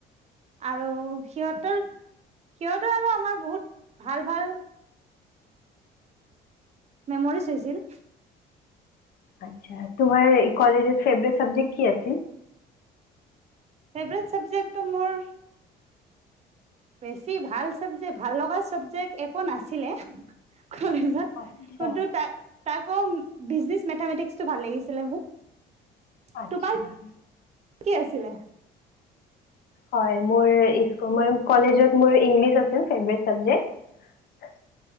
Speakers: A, on the right (about 40°); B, on the left (about 65°).
A: আৰু সিহঁতৰ,
B: আচ্ছা
A: সিহঁতৰ আৰু আমাৰ বহুত ভাল, ভাল মেমৰিজ হৈছিল।
B: আচ্ছা, তোমাৰ কলেজৰ ফেভাৰেট চাবজেক্ট কি আছিল?
A: ফেভৰেট চাবজেক্টটো মোৰ বেছি ভাল চাবজেক্ট, ভাল লগা চাবজেক্ট একো নাছিলে কলেজত।
B: আচ্ছা
A: কোনটো তা তাকো বিজনেচ মেথামেতিক্স তো ভাল লাগিছিল মোক,
B: আচ্ছা
A: তোমাৰ কি আছিলে?
B: হয়, মোৰ ই, কলেজত মোৰ ইংলিছ আছিল ফেভৰেট চাবজেক্ট।